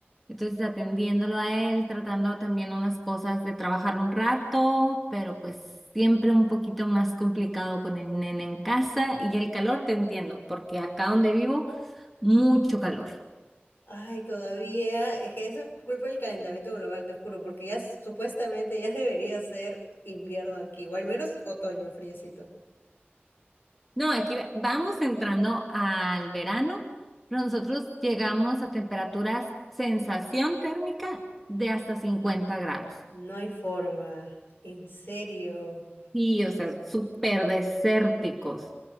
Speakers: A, in the centre; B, on the left (about 60°).
A: entonces atendiéndolo a él, tratando también unas cosas de trabajar un rato, pero pues siempre un poquito más complicado con el nene en casa y el calor, te entiendo, porque acá donde vivo, mucho calor.
B: Ay, todavía, es que eso es culpa del calentamiento global, te juro, porque ya s- supuestamente ya <laughs> debería ser invierno aquí, o al menos otoño friecito.
A: No, aquí va- vamos entrando al verano, pero nosotros llegamos a temperaturas sensación térmica de hasta 50 grados.
B: No hay forma, en serio,
A: Y, o sea, súper desérticos,